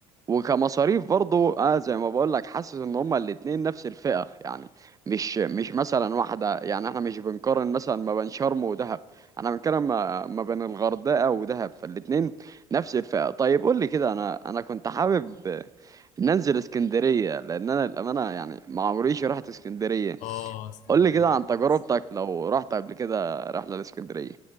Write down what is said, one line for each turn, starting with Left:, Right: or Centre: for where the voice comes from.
Right: وكمصاريف برضو اه زي ما بقول لك حاسس ان هما الاتنين نفس الفئة يعني مش مش مثلا واحدة يعني احنا مش بنقارن مثلا ما بين شرم ودهب انا بنتكلم ما, ما بين الغردقة ودهب فالاتنين نفس الفئة طيب قول لي كده انا انا كنت حابب ننزل اسكندرية لان انا الامانة يعني ما عمريش رحت اسكندرية
Left: اه اسكندريه
Right: قول لي كده عن
Left: وحاجات
Right: تجربتك
Left: اسكندريه
Right: لو رحت قبل كده رحلة لاسكندرية